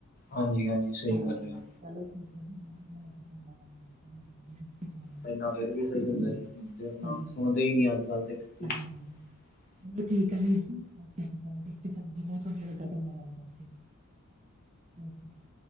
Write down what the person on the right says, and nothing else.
ਹਾਂ
<inaudible>
ਹਾਂਜੀ ਹਾਂਜੀ
<inaudible>
ਚਲੋ ਠੀਕ ਹੈ ਵੀਰ ਜੀ <unintelligible> ਬਹੁਤ ਵਧੀਆ ਲੱਗਾ ਤੁਸਾਡੇ ਨਾਲ ਗੱਲ ਕਰਕੇ <inaudible>